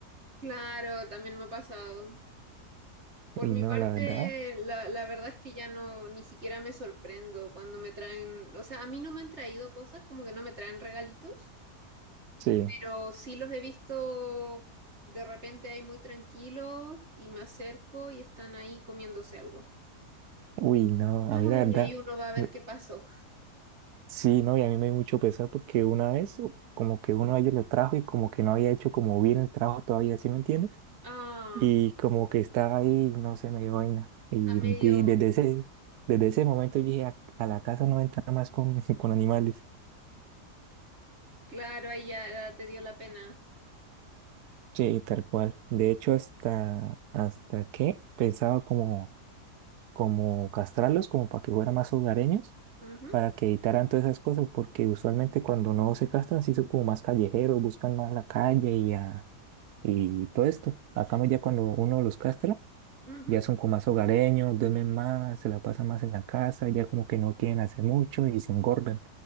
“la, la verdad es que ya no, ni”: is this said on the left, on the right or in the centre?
Right